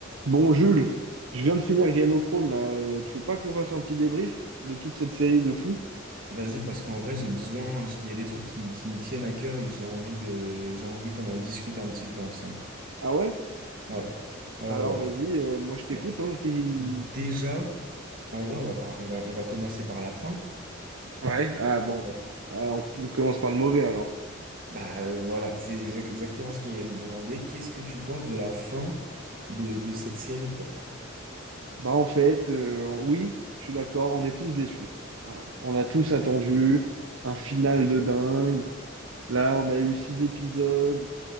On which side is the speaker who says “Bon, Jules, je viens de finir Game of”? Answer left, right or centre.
Right